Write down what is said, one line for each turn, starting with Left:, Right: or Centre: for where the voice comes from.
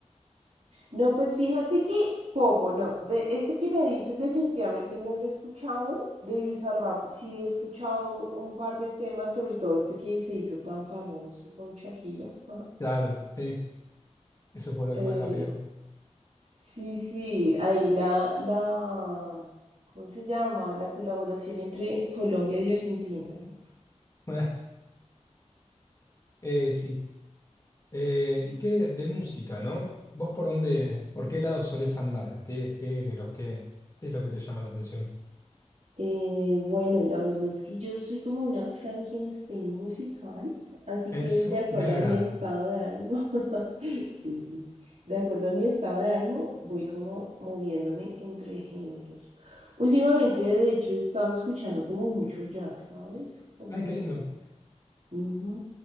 Right: No, pues fíjate que poco, no. De este que me dices definitivamente no lo he escuchado. De Bizarrap sí he escuchado un par de temas, sobre todo este que se hizo tan famoso con Shakira. <laughs>
Left: Claro, sí, eso fue lo
Right: Eh,
Left: que más la pegó.
Right: Sí, sí, ahí la, la, ¿cómo se llama? La colaboración entre Colombia y Argentina, ¿no?
Left: <laughs> Eh, sí. Eh, ¿y qué de música, no? ¿Vos por dónde, por qué lado solés andar? ¿Qué géneros? ¿Qué, qué es lo que te llama la atención?
Right: Eh, bueno, la verdad es que yo soy como una Frankenstein musical, así
Left: Eso
Right: que de acuerdo
Left: me agrada.
Right: a mi estado de ánimo, <laughs> sí, sí, de acuerdo a mi estado de ánimo, voy como moviéndome entre géneros. Últimamente, de hecho, he estado escuchando como mucho jazz, ¿sabes? Como,
Left: Ay, qué lindo.
Right: ujú,